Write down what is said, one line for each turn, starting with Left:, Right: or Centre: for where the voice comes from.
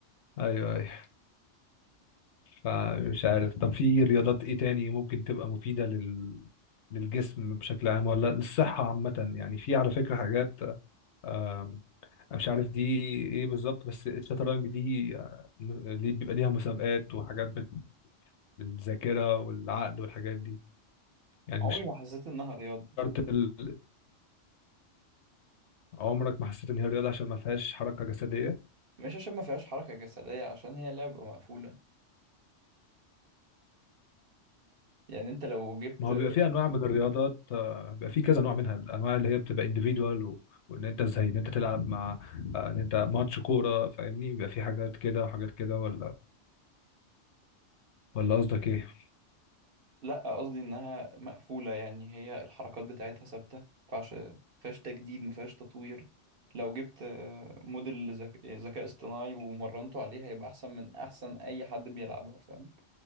Left: ايوه ايوه فمش عارف طب في رياضات ايه تاني ممكن تبقى مفيدة لل للجسم بشكل عام ولا للصحة عامة يعني في على فكرة حاجات آم، أنا مش عارف دي ايه بالظبط بس الشطرنج دي آه، ليه بيبقى ليها مسابقات وحاجات بت- للذاكرة والعقل والحاجات دي يعني
Right: عمري
Left: مش
Right: ما حسيت إنها رياضة
Left: شرط ال- عمرك ما حسيت ان هي رياضة عشان ما فيهاش حركة جسدية
Right: مش عشان ما فيهاش حركة جسدية عشان هي لعبة مقفولة يعني أنت لو جبت
Left: ما هو بيبقى فيه انواع من الرياضات آه، بيبقى فيه كذا نوع منها الانواع اللي هي بتبقى individual و... وان انت زي ان انت تلعب مع آه، ان انت ماتش كوره فاهمني بيبقى فيه حاجات كده وحاجات كده ولا ولا قصدك ايه
Right: لا قصدي انها مقفولة يعني هي الحركات بتاعتها ثابتة مفيهاش مفيهاش تجديد مفيهاش تطوير لو جبت آه، موديل ذك- ذكاء اصطناعي ومرنته عليه هيبقى احسن من احسن اي حد بيلعبها فاهم